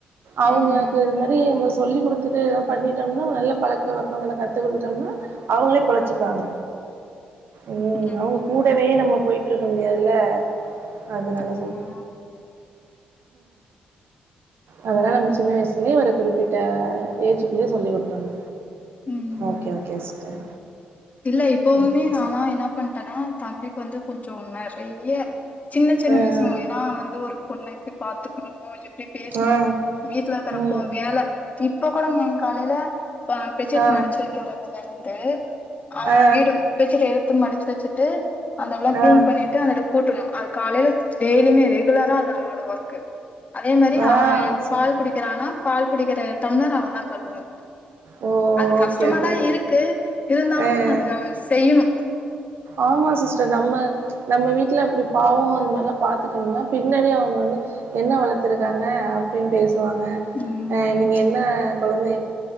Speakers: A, on the right (about 65°); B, on the left (about 35°).
A: அவங்ககு
B: ம்
A: இது மாரி நம்ப சொல்லி குடுத்துட்டு ஏதாவது பண்ணிட்டம்னா நல்ல பழக்க வழக்கங்கள அதெல்லா கத்து குடுத்துட்டம்னா அவங்களே பொழச்சிப்பாங்க உம்
B: ம்
A: அவ்ங்க கூடவே நம்ம போயிட்டு இருக்க முடியாதுல அதனால
B: ஆமா
A: செர் அதல்லா நம்ம சின்ன வயசுலயே ஒரு குறிப்பிட்ட ஏஜுக்குலயே சொல்லி குடுத்தண்ணு
B: ம்
A: ஓகே ஓகே சிஸ்டர்
B: இல்ல இப்பவுமே
A: ஓகே
B: நான்லா என்ன பண்ட்டன்னா தம்பிக்கு வந்து கொஞ்சோம் நெறைய சின்ன சின்ன
A: ஆ
B: விஷயம் ஏன்னா வந்து ஒரு பொண்ண எப்டி பாத்துக்கணும் எப்டி பேசுனு
A: ஆ
B: வீட்டுல இருக்கறப்போ
A: ம்
B: வேல இப்ப கூடங்க மேம் காலையில பெச்சிட்
A: ஆ
B: மடிச்சு வைக்கறதுல இருந்து அவ
A: ஆ
B: வீடு பெச்சிட் எடுத்து மடிச்சி வச்சுட்டு அந்தெல்லாம் கிளீன்
A: ஆ ஆ
B: பண்ணிட்டு அதோட கூட்டணு அத் காலைல டெய்லியுமே ரெகுலரா அது அவனோட ஒர்க்கு அதே மாரி
A: வாவ்
B: அவ
A: சூப்பர்
B: பால் குடிக்கிறானா பால் குடிக்கிற டம்ளர் அவன்தா கழுவணு
A: ஓ
B: அது
A: ஓகே
B: கஷ்டமாதா
A: ஓகே
B: இருக்கு இருந்தாலு
A: ஆ
B: நா
A: ஆ
B: அத செய்யணு
A: ஆமா சிஸ்டர் நம்ம நம்ம வீட்டுல இப்டி பாவோ அந்த மாரெல்லா பாத்துட்டன்னா பின்னாடியே அவுங்க வந்து என்ன வளர்த்துருக்காங்க அப்டின்னு பேசு வாங்க
B: ம்
A: ஹ நீங்க என்ன கொழந்தை